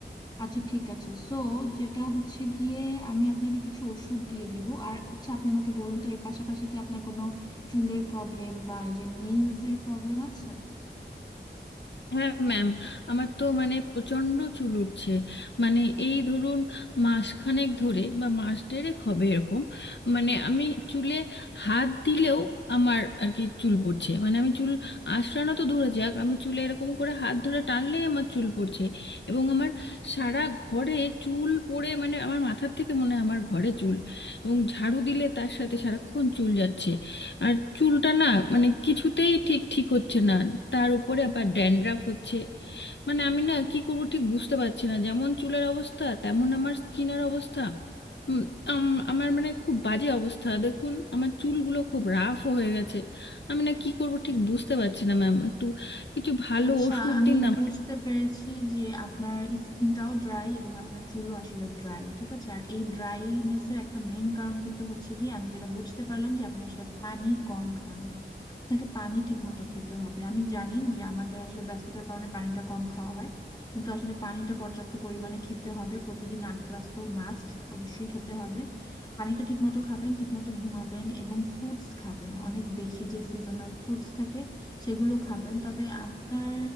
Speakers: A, on the left; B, on the left.
A: আচ্ছা ঠিক আছে সো যেটা হচ্ছে গিয়ে আমি আপনাকে কিছু ওষুধ দিয়ে দিব আর আচ্ছা আপনি আমাকে বলুন তো এর পাশাপাশি কি আপনার কোনো চুলের প্রবলেম বা এই যে নেইলস এর প্রবলেম আছে
B: হ্যাঁ ম্যাম আমার তো মানে প্রচণ্ড চুল উঠছে মানে এই ধরুন মাসখানেক ধরে বা মাস দেড়েক হবে এরকম মানে আমি চুলে হাত দিলেও আমার আর কি চুল পড়ছে মানে আমি চুল আঁচড়ানো তো দূরে যাক আমি চুলে এরকম করে হাত ধরে টানলেই আমার চুল পড়ছে এবং আমার সারা ঘরে চুল পড়ে মানে আমার মাথার থেকে মনে হয় আমার ঘরে চুল এবং ঝাড়ু দিলে তার সাথে সারাক্ষণ চুল যাচ্ছে আর চুলটা না মানে কিছুতেই ঠিক ঠিক হচ্ছে না তার উপরে আবার ড্যান্ড্রাফ হচ্ছে মানে আমি না কি করবো ঠিক বুঝতে পারছি না যেমন চুলের অবস্থা তেমন আমার স্কিনের অবস্থা উম, আম- আমার মানে খুব বাজে অবস্থা দেখুন আমার চুলগুলো খুব রাফ হয়ে গেছে আমি না কি করবো ঠিক বুঝতে পারছি না ম্যাম একটু কিছু ভালো
A: আচ্ছা
B: ওষুধ
A: আমি
B: দিন না
A: বুঝতে পেরেছি যে আপনার স্কিনটাও ড্রাই এবং আপনার চুলও আসলে ড্রাই ঠিক আছে আর এই ড্রাইনেস এর একটা মেইন কারণ কিন্তু হচ্ছে কি আমি যেটা বুঝতে পারলাম যে আপনি আসলে পানি কম খান আপনাকে পানি ঠিক মতো খেতে হবে আমি জানি যে আমাদের আসলে ব্যস্ততার কারণে পানিটা কম খাওয়া হয় কিন্তু আসলে পানিটা পর্যাপ্ত পরিমাণে খেতে হবে প্রতিদিন আট গ্লাস তো মাস্ট অবশ্যই খেতে হবে পানিটা ঠিক মতো খাবেন ঠিক মতো ঘুমাবেন এবং ফ্রুটস খাবেন অনেক বেশি যে সিজনাল ফ্রুটস থাকে সেগুলো খাবেন তবে আপনার